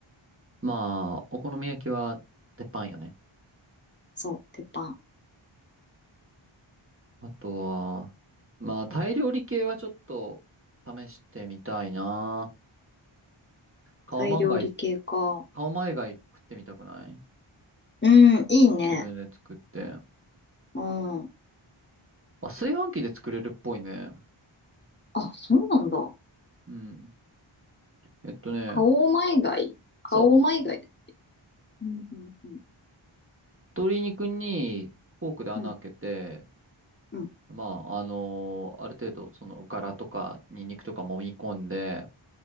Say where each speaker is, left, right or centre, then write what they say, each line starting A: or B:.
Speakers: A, on the right; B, on the left.
A: まあ、お好み焼きは鉄板よね。
B: そう、鉄板。
A: あとは、まあ、タイ料理系はちょっと試してみたいなカオマンガイ、
B: タイ料理系か。
A: カオマイガイ食ってみたくない
B: うん、いいね。
A: 自分で作って。
B: うん。
A: あ、炊飯器で作れるっぽいね。
B: あ、そうなんだ。
A: うん。えっとね、
B: カオマイガイ。カオマイガイだ。
A: そう。
B: うん、うん、うん。
A: 鶏肉にフォークで穴開けて、
B: うん、うん、
A: まあ、あのーある程度、その、ガラとか、ニンニクとか揉み込んで、